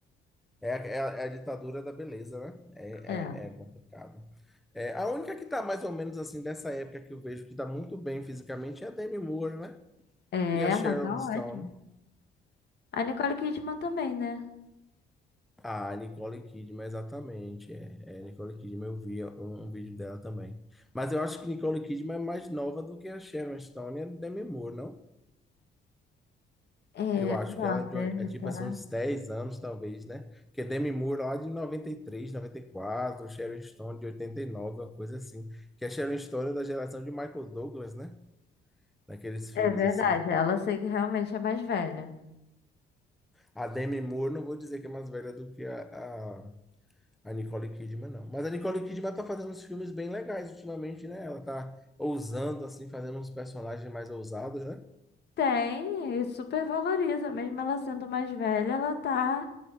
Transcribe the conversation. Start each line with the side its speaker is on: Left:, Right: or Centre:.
Centre: É, a- é, a é a ditadura da beleza, né? É,
Left: É,
Centre: é, é complicado. É, a única que tá mais ou menos assim dessa época que eu vejo que tá muito bem fisicamente é a Demi Moore, né?
Left: é
Centre: E a
Left: ela
Centre: Sharon
Left: tá
Centre: Stone.
Left: ótima. A Nicole Kidman também, né?
Centre: Ah, Nicole Kidman, exatamente. É, é, Nicole Kidman, eu vi um, um vídeo dela também. Mas eu acho que Nicole Kidman é mais nova do que a Sharon Stone e a Demi Moore, não?
Left: É,
Centre: Eu acho
Left: não,
Centre: que ela
Left: a
Centre: é,
Left: Demi,
Centre: de uma- é tipo
Left: será?
Centre: assim, uns 10 anos, talvez, né? Porque Demi Moore lá de noventa noventa e três, noventa e quatro, Sharon Stone de 89, uma coisa assim. Que a Sharon Stone é da geração de Michael Douglas, né? Naqueles filmes
Left: É verdade,
Centre: assim.
Left: ela eu sei que realmente é mais velha.
Centre: A Demi Moore, não vou dizer que é mais velha do que a A Nicole Kidman não. Mas a Nicole Kidman tá fazendo uns filmes bem legais ultimamente, né? Ela tá ousando, assim, fazendo uns personagens mais ousados, né?
Left: Tem, e super valoriza, mesmo ela sendo mais velha, ela tá